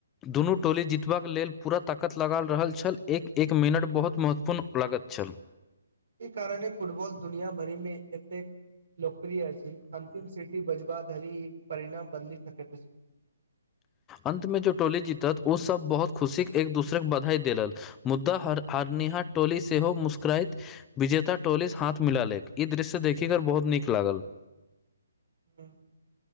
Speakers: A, on the left (about 15°); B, on the right (about 65°).
A: दुनू टोली जीत बाक लेल पूरा ताकत लगा रहल छल एक एक मिनट बहुत महत्वपूर्ण। लागत छ्न।
B: ई कारणे फुटबल दुनिया भरिमे एतेक लोकप्रिय अछि अन्तिम सीट। बजब धरी परिणाम बदली सकैत अछि।
A: अन्तमे जो टोली जीतत ओसभ बहुत खुशीके एक दूसरके बधाई देलल। मुद्दा हार हारनिहा टोली से हो मुस्करात विजेता टोलिस हाथ मिला ले ई दृश्य देखि कर बहुत नीक लागल।
B: ह